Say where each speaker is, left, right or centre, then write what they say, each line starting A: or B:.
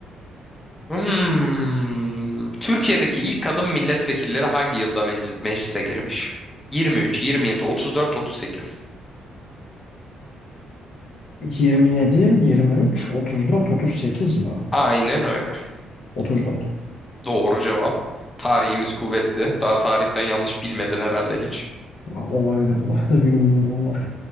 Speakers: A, on the left (about 20°); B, on the left (about 70°).
A: Hmm. Türkiye'deki ilk kadın milletvekilleri hangi yılda menci- meclise girmiş? 23, 27, 34, 38.
B: 27, 23, 34, 38 mi?
A: Aynen öyle.
B: 34.
A: Doğru cevap. Tarihimiz kuvvetli. Daha tarihten yanlış bilmedin herhalde hiç.
B: Olabilir bu arada bilmiyorum ama.